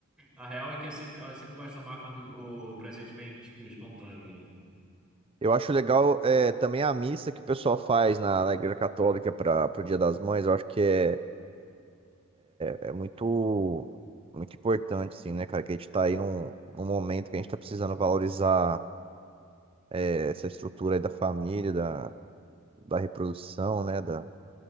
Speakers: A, in the centre; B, on the right.
A: A real é que é sempre, elas sempre gostam mais quando o presente vem, tipo, espontâneo. né?
B: Eu acho legal é, também a missa que o pessoal faz na, na Igreja Católica para o Dia das Mães. Eu acho que é, é muito, muito importante, assim, né, cara? Que a gente tá aí num, num momento que a gente tá precisando valorizar é, essa estrutura aí da família, da, da reprodução, né? Da,